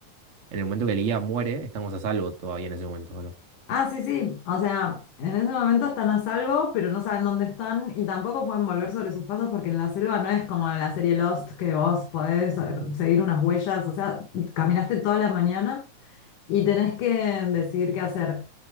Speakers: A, on the right; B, on the left.
A: En el momento que el guía muere estamos a salvo todavía en ese momento, ¿no?
B: Ah, sí, sí. O sea, en ese momento están a salvo, pero no saben dónde están y tampoco pueden volver sobre sus pasos porque en la selva no es como la serie Lost que vos podés eh, seguir unas huellas. O sea, caminaste toda la mañana y tenés que decidir qué hacer.